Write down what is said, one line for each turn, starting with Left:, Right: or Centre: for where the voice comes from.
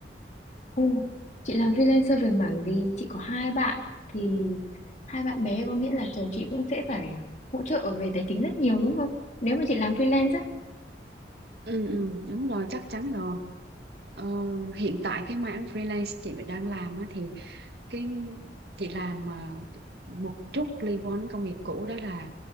Left: Ồ, chị làm freelancer về mảng gì? Chị có hai bạn thì hai bạn bé có nghĩa là chồng chị cũng sẽ phải hỗ trợ về tài chính rất nhiều đúng không? Nếu mà chị làm freelance á.
Right: Ừ, ừ, đúng rồi, chắc chắn rồi. Ờ, hiện tại cái mảng freelance chị đang làm á, thì cái chị làm à, một chút liên quan đến công nghiệp cũ đó là